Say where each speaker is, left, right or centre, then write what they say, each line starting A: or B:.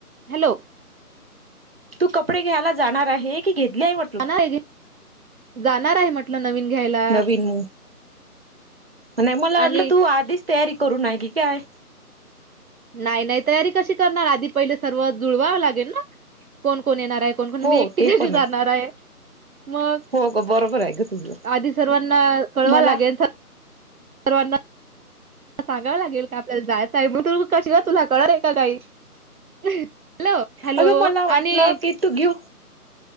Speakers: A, on the right (about 65°); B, on the right (about 40°).
A: हॅलो
B: तू कपडे घ्यायला जाणार आहे की? घेतले आहे म्हटलं
A: जाणार आहे जाणार आहे म्हटलं नवीन घ्यायला,
B: नवीन नाही मला वाटलं
A: आणि
B: तू आधीच तयारी करू ना की काय.
A: नाही नाही तयारी कशी करणार आधी पहिले सर्व जुळवावं लागेल ना कोण कोण येणार. कोण कोण
B: हो
A: मी एकटी
B: ते
A: कशी
B: पण
A: जाणार आहे. मग,
B: हो ग बरोबर आहे ग तुझं
A: आधी सर्वांना कळवा
B: मला
A: लागेल. परवाना सांगावं लागेल का आपल्याला जायचं आहे मग तू कशी का तुला कळलं आहे का काही हॅलो हॅलो
B: अगं मला वाटलं
A: आणि
B: की तू घेऊ